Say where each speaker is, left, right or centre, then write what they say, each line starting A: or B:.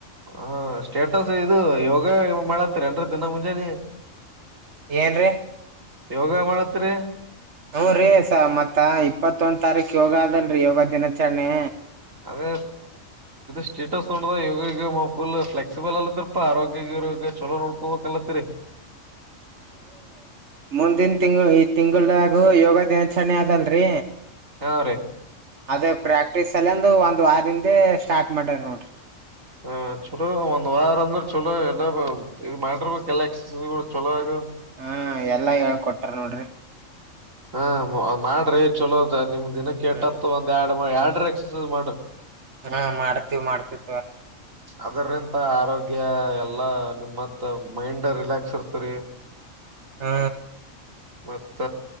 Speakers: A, on the right (about 75°); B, on the right (about 60°).
A: ಹಾ ಸ್ಟೇಟಸ್ ಇದು ಯೋಗ ಮಾಡತ್ತರಿ ಎನ್ರ ದಿನ ಮುಂಜಾನೆ
B: ಏನ್ ರೀ
A: ಯೋಗ ಮಾಡತ್ರಿ
B: ಹೂ ರೀ ಸ ಮತ್ತ ಇಪ್ಪತ್ತೊಂದ್ ತಾರೀಕ್ ಯೋಗ ಅದಲ್ರರಿ ಯೋಗ ದಿನಾಚರಣೆ
A: ಅದೇ ಸ್ಟೇಟಸ್ ನೋಡದ ಯೋಗ ಗಿಗ ಫುಲ್ ಫ್ಲೆಕ್ಸಿಬಲ್ ಅಲತ್ತರಿಪಾ ಆರೋಗ್ಯರೋಗ್ಯ ಚಲೋ ನೋಡ್ಕೋಬೇಕಲ್ಲತ್ತರಿ
B: ಮುಂದನ್ ತಿಂಗಳ ಈ ತಿಂಗಳಾಗ ಯೋಗ ದಿನಾಚರಣೆ ಆದಲ್ರಿ
A: ಹಾ ರೀ
B: ಅದ ಪ್ರಾಕ್ಟೀಸ್ ಸಲಂದು ಒಂದ್ ವಾರದಿಂದ ಸ್ಟಾರ್ಟ್ ಮಾಡ್ಯಾರ ನೋಡ್ರಿ
A: ಹ ಚಲೋ ಒಂದ್ ವಾರ ಅಂದ್ರೆ ಚಲೋ ಎಲ್ಲ ಇ ಮಾಡ್ರ ಗಲಕ್ಸ ಚಲೋ ಆಗ
B: ಹಾ ಎಲ್ಲಾ ಹೇಳ್ಕೊಟಾರ ನೋಡ್ರಿ
A: ಹಾ ಮಾಡ್ರಿ ಚಲೋದ ನಿಮ್ ದಿನ ಕೆೇಟ್ಟತ್ತತ್ತು
B: ಹ್ಮ್
A: ಒಂದ ಎರಡು ಯಾರ್ಡ್ರ ಎಕ್ಸರ್ಸೈಸ್ ಮಾಡ್ರಿ
B: ಹಾ ಮಾಡ್ತೀವಿ್ ಮಾಡ್ತಿವಿ ಪ
A: ಅದರಿಂತ ಆರೋಗ್ಯ ಎಲ್ಲಾ ನಿಮ್ಮತ್ ಮೈಂಡ್ ರಿಲ್ಯಕ್ಸ್ ಇರ್ತರಿ
B: ಹಾ
A: ಮತ್ತ